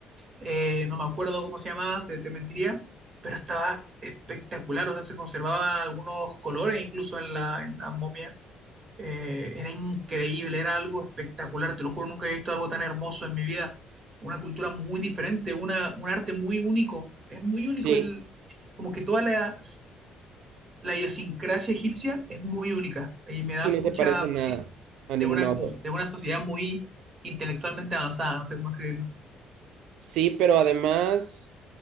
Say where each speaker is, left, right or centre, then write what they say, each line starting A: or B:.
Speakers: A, on the right (about 25°); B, on the right (about 80°).
A: eh, no me acuerdo cómo se llamaba, te, te mentiría, pero estaba espectacular, o sea, se conservaban algunos colores incluso en la, en la momia eh, era increíble, era algo espectacular, te lo juro, nunca había visto algo tan hermoso en mi vida. Una cultura muy diferente, una, un arte muy único. Es muy único
B: Sí,
A: el, como que toda la, la idiosincrasia egipcia es muy única y me da
B: sí,
A: mucha
B: no se parece
A: vibe
B: en nada a ninguna
A: de una, como,
B: otra.
A: de una sociedad muy intelectualmente avanzada, no sé cómo escribirlo.
B: Sí, pero además,